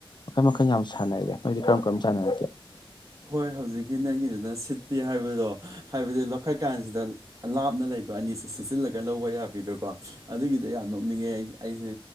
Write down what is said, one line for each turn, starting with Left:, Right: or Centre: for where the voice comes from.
Left: ꯃꯈꯜ ꯃꯈꯜ ꯌꯥꯝ ꯁꯥꯟꯅꯩ ꯅꯣꯏꯗꯤ ꯀꯔꯝ ꯀꯔꯝ ꯁꯥꯟꯅꯔꯒꯦ
Right: ꯍꯣꯏ ꯍꯧꯖꯤꯛꯀꯤ ꯅꯪꯒꯤꯗꯨꯅ ꯁꯤꯠꯄꯤ ꯍꯥꯏꯕꯗꯣ ꯍꯥꯏꯕꯗꯤ ꯂꯧꯈꯠꯀꯥꯟꯁꯤꯗ ꯂꯥꯞꯅ ꯂꯩꯕ ꯑꯅꯤꯁꯤ ꯁꯤꯆꯜꯂꯒ ꯂꯧꯕ ꯌꯥꯕꯤꯗꯨ ꯀꯣ ꯑꯗꯨꯒꯤꯗꯤ ꯌꯥꯝ ꯅꯣꯛꯅꯤꯡꯉꯦ ꯑꯩ ꯑꯩꯁꯦ